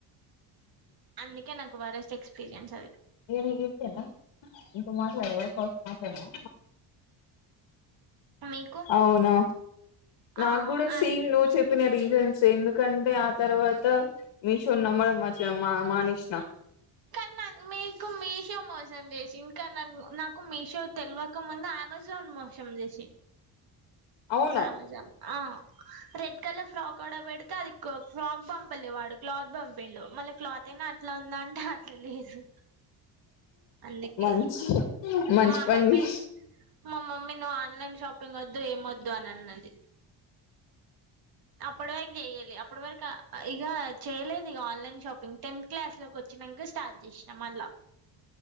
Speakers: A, on the right; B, on the left.
A: అందికే నాకు. ఒక వరస్ట్ ఎక్స్పీరియన్స్ అది.
B: ఏది ఈగ ఇంతేనా ఇంకా మాట్లాడేవ కాల్స్ మాట్లాడవా.
A: మీకు
B: అవునా
A: ఆ
B: నాకు కూడా
A: ఆ
B: సేమ్ నువ్ చెప్ప. రీజన్స్ ఎందుకంటే ఆ తర్వాత మీషో నమ మా మా మానేసిన
A: కానీ మాకు మీకు మీషో మోసం చేసి, ఇంకా నాకు మీషో తెలియక ముందు అమెజాన్ మోసం చేసి
B: అవునా
A: అమెజాన్ ఆ రెడ్ కలర్ ఫ్రాక్ ఆర్డర్ పెడితే అది కో ఫ్రాక్ పంపలే వాడు క్లాత్ పంపిండు మళ్ళ క్లాత్ అయినా అట్లా ఉందాం హ అట్ల లేదు అందుకే
B: మంచి మంచి
A: మా
B: పని
A: మమ్మీ మా మమ్మీ నువ్వు ఆన్లైన్ షాపింగ్ వద్దు ఏమ్ వద్ అన్నది అప్పటి వరకు చేయలే అప్పటి వరకు ఇగా చెయలేదు ఇక ఆన్లైన్ షాపింగ్ టెన్త్ క్లాస్ లోకి వచ్చాక స్టార్ట్ చేసినా మళ్ళ